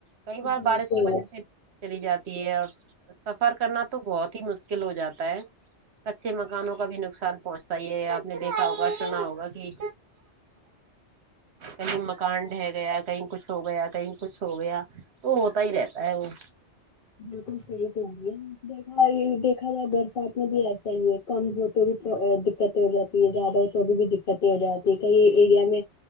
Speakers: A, on the right (about 70°); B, on the left (about 50°).
A: کئی بار
B: بالکل
A: بارش کی وجہ سے چلی جاتی ہے اور سفر کرنا تو بہت ہی مشکل ہو جاتا ہے کچھے مکانوں کا بھی نقصان پہنچتا یہ آپ نے دیکھا ہوگا سنا ہوگا کہ کہیں مکان ڈہ گیا کہیں کچھ ہو گیا کہیں کچھ ہو گیا تو ہوتا ہی رہتا ہے وہ
B: بالکل صحیح کہ رہی ہے اپ دیکھا دیکھا جائے برسات میں بھی ایسا ہی ہے کم ہوتے بھی دقتیں ہو جاتی زیادہ ہے تو ابھی بھی دقتیں ہو جاتی ہے کئی ایریا میں